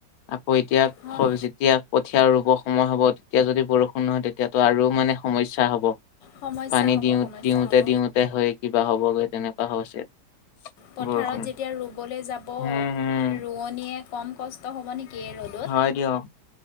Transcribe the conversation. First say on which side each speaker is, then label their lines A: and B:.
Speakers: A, on the left; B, on the left.
A: আকৌ এতিয়া
B: হয়
A: যেতিয়া। কঠীয়া ৰুব সময় হ'ব তেতিয়া যদি বৰষুণ নহয় তেতিয়াতো আৰু মানে সমস্যা হ'ব।
B: সমস্যা
A: পানী
B: হ'ব
A: দিওঁ
B: সমস্যা
A: দিওঁতে
B: হ'ব।
A: দিওঁতে হৈ কিবা হ'বগৈ তেনেকুৱা হৈছে
B: পথাৰত
A: বৰষুণ
B: যেতিয়া ৰুবলে যাব
A: উম হম
B: ৰু ৰুণীয়ে কম কষ্ট হ'ব নেকি এই ৰ'দত
A: হয় দিয়ক